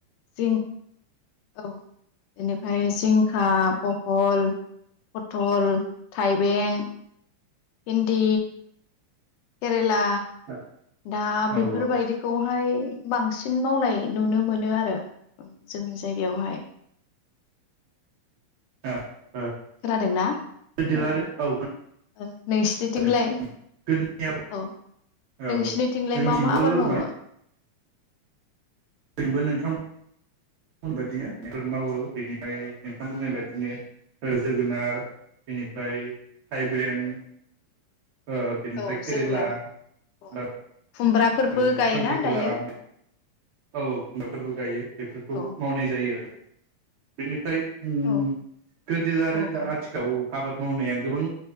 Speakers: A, on the left (about 80°); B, on the right (about 65°).
A: जिं औ एनिफाय जिंखा, बहल, पथल, थाइबें पिन्दि केेरेला
B: <inaudible>
A: दा बेफोरबायदिखौहाय
B: औ
A: बांसिन मावनाय नुनो मोनो आरो ओ जोंनि जायगायावहाय
B: <inaudible>
A: खोनादोंना
B: गोदो आरो
A: ओं
B: औ
A: ओ नोंसिथिथिलाय
B: खोनादों गोदोनि आबाद
A: अ
B: औ
A: नोसिनिथिलाय
B: औ जोंथिंबो
A: मा मा आबाद मावो?
B: माने जोंबो नोंथांमोनबायदिनो मावो बेनिफाय नोंथां बुंनाय बायदिनो जोगोनार बेनिफ्राय थाइबें ओ बिनिफ्राय
A: औ
B: खेरेला
A: जोगोनार औ
B: ओ
A: खुमब्राफोरबो गायोना
B: खांख्रिखला
A: दायो?
B: औ औ खुमराफोरबो गायो बेफोरखौ
A: औ
B: मावनाय जायो आरो बेनिफ्राय उम
A: औ
B: गोदो आरो
A: औ
B: दा
A: औ
B: आथिखालाव आबाद मावनाया गोबां